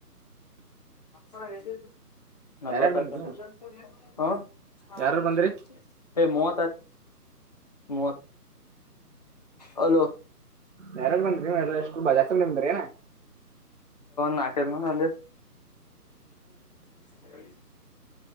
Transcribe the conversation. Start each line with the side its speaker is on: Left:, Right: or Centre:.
Left: <unintelligible> ನಲವತ್ತು
Right: ಯಾರ್ಯಾರು
Left: ಆಯ್ತು
Right: ಬಂದ್ರಿ
Left: ಏನು
Right: ನೀವು
Left: ರಿ <unintelligible>
Right: ಯಾರಾರು ಬಂದ್ರಿ
Left: ಹೇ ಮೂವ ಮೂವತ್ತು ಹೆಲೋ
Right: ಯಾರಾರು ಬಂದ್ರರಿ ಏನು ಎಷ್ಟು ಜಾಸ್ತಿ ಬಂದಿ ಏನು
Left: ನಾಕು ಐದು ಮಂಡೆ ಬೇಡ್ವೆ